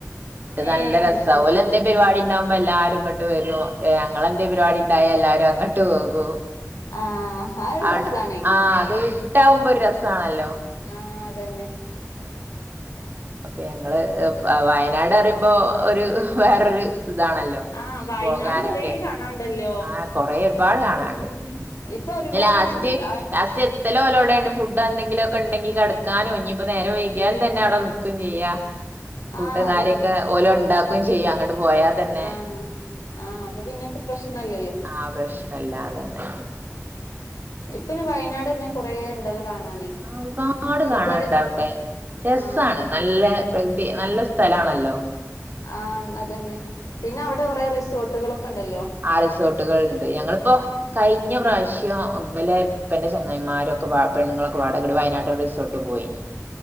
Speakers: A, on the right; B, on the left.
A: എന്നട്ട്
B: ഏഹ്
A: നല്ല രസ
B: അത് ശരി
A: ഓലെ എന്തേ പരിപാടി ഉണ്ടാവുമ്പോ എല്ലാരും ഇങ്ങട്ട് വരും. ഞങ്ങെളന്തേ
B: ആഹ്
A: പരിപാടി ഉണ്ടായ എല്ലാരും അങ്ങോട്ട് പോകൂ
B: ആഹ് അത്
A: അ
B: രസാണേ
A: ആ അത് വിട്ടാവുമ്പോൊ ഒരു രസാണല്ലോ
B: ആഹ അതന്നെ
A: <unintelligible> അപ്പൊ ഞങ്ങള് വയനാട് പറയുമ്പോ ഒരു വേറര് ഇതാണല്ലോ
B: ആഹ് വയനാട്
A: പോകാനൊക്കെ
B: കൊറേ കാണാണ്ടല്ലോ
A: ആ കൊറേ ഒരുപാട്
B: വയനാടില്
A: കാണാണ്ട്
B: ഉം ഇപ്പൊ ഒരുപാടുണ്ട്
A: ഇന്ന് ലാസ്റ്റ്
B: ആഹ്
A: ലാസ്റ്റ് ഇത്തല ഓലെവിടെണ് ഫുഡ് എന്തങ്കിലൊക്കെ ഉണ്ടെങ്കിൽകെ ടക്കാനും ഇഞ്ഞ് ഇപ്പം നേരെ വൈകിലും തന്നെ അവി ചെയ്യ ഫുഡും
B: ആഹ് അതന്നെ
A: കാര്യൊക്കെ ഓലോ ഉണ്ടാക്കുംചെയ്യാം അങ്ങോട്ട് പോയാ തന്നെ
B: ആഹ ആഹ് അപ്പൊ പിന്നെക്കെ പ്രശ്നല്ലല്ലോ
A: ആ പ്രശ്നല്ലാ അതന്നെ
B: ഇപ്പ അയിന് വയനാട്ന്നെ കൊറെേ ഉണ്ടല്ലോ കാണാന്
A: ആഹ ഒരുപാട് കാണാനുണ്ട്
B: ഇബടെ ആഹ്
A: അവിടെ രസാണ്
B: ആഹ്
A: നല്ല പ്രകൃതി നല്ല സ്ഥലണല്ലോ
B: ആ അതന്നെ പിന്നെ അവിടെ കൊറെേ റിസോർട്ടുകളൾൊക്കെ ഉണ്ടല്ലോ
A: ആ റിസോർട്ടുകളൾ ഉണ്ട് ഞങ്ങളിപ്പോ കഴിഞ്ഞ പ്രാവശ്യം വലെ ഇപ്പന്റെ ചെങ്ങായിമാരു ഒക്കെ പെണ്ണുങ്ങളൊക്കെ വാടെ വയനാട്ടില് റിസോർട്ട് പോയിനി